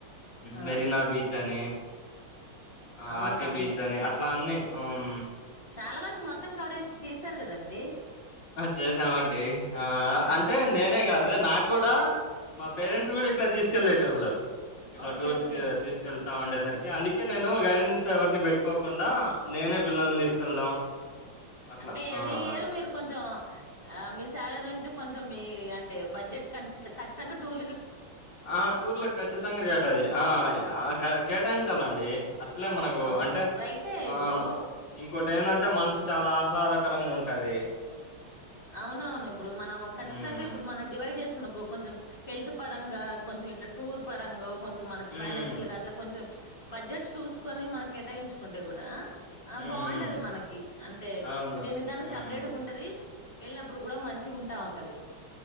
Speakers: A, on the left; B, on the left.
A: ఆ
B: మెరినా బీచ్ అని ఆ
A: అవును
B: ఆర్కే
A: అవును
B: బీచ్ అని అట్లా అన్ని హమ్
A: చాలా వరకు మొత్తం కవర్ చేశారు కదండి
B: చేసామండి ఆ
A: అన్ని
B: అంటే
A: రేసు
B: నేనే కాదు నాకు కూడా మా పేరెంట్స్ కూడా ఇట్లా తీసుకెళ్ళలేటోళ్ంలో ఇట్లా
A: ఓకే
B: టూర్స్
A: ఓకే
B: తీసుకెళ్ స్తా ఉండేసరికి అందుకే నేను గైడెన్స్ ఎవరిని పెట్టుకోకుండా నేనే పిల్లల్ని తీసుకెళ్దాం అట్లా
A: అంటే ఎవ్రీ
B: ఆ అదే
A: ఇయర్ మీరు కొంచెం మీ శాలరీ నుంచి కొంచెం మీ అంటే బడ్జెట్ చ్చిత ఖచ్చితంగా టూర్ల
B: ఆ టూర్లో ఖచ్చితంగా కేటాయి ఆ కేటాయించాలండి అట్లే మనకు
A: అవును
B: అంటే
A: రైటే
B: ఆ
A: ఇప్పుడు
B: ఇంకోటి ఏంటంటే మనసు చాలా ఆహ్లాదకరంగా ఉంటు అది
A: అవున అవును ఇప్పుడు మనం ఖచ్చితంగా
B: హ్మ్.
A: ఇప్పుడు మనం డివైడ్ చేసుకున్న కొంచెం హెల్త్ పరంగా కొంచెం ఇట్లా టూర్ పరంగా కొంచెం మనకి
B: హ్మ్. హ్మ్.
A: ఫైనాన్షియల్ అట్ కొెం బడ్జెట్స్ చూసుకొని మనం కేటాయించుకుంటే కూడా ఆ
B: హ్మ్.
A: బాగుంటది
B: హ్మ్.
A: మనకి అంటే
B: అవును.
A: దేనికి దాన్ని
B: హ్మ్.
A: సపరేట్గా ఉంటది వెళ్ళినప్పుడు కూడా మంచి ఉంటా ఉంటది